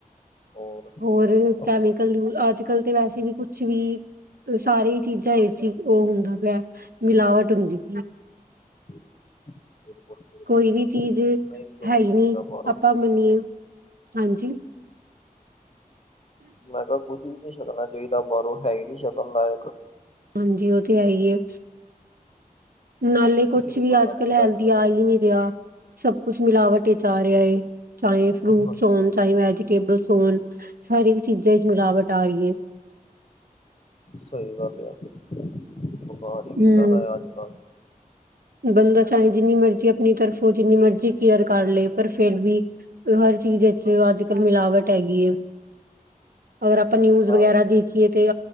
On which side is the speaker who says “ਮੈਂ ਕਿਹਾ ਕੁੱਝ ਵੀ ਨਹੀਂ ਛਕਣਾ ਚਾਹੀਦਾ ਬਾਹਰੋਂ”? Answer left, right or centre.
Left